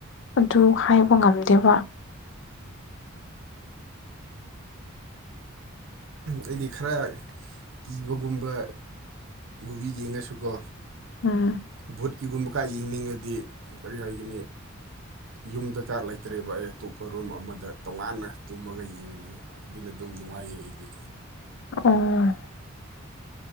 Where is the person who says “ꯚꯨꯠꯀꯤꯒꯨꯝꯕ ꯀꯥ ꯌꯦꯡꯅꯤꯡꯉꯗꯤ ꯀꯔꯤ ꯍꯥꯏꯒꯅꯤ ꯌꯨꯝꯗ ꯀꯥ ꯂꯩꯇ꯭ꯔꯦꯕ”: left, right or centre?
Right